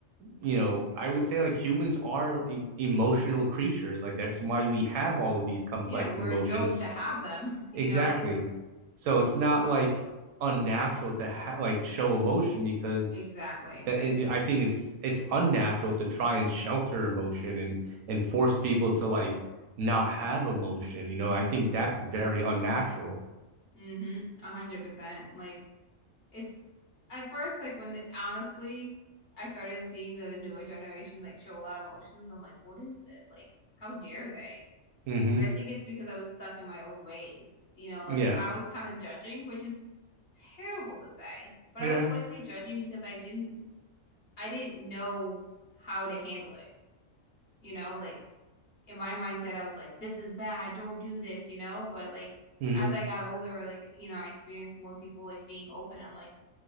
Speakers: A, on the right; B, on the left.
A: you know, I would say like humans are e- emotional creatures. Like that's why we have all of these complex
B: Yeah, we're
A: emotions.
B: built to have them, <laughs> you
A: Exactly.
B: know? It's
A: So it's not like unnatural to ha- like show emotion because
B: exactly.
A: that it, I think it's it's unnatural to try and shelter emotion and and force people to like not have emotion. You know, I think that's very unnatural.
B: Mm-hmm. A hundred percent. Like it's at first like when the, honestly I started seeing the newer generation like show a lot of emotions, I'm like, what is this? Like, how dare they?
A: hmm
B: But I think it's because I was stuck in my old ways. You know, like
A: Yeah.
B: I was kind of judging, which is terrible to say, but
A: Yeah.
B: I was slightly judging because I didn't I didn't know how to handle it. You know, like in my mindset I was like this is bad, don't do this, you know, but like
A: hmm
B: as I got older, like you know, I experienced more people like being open. I'm like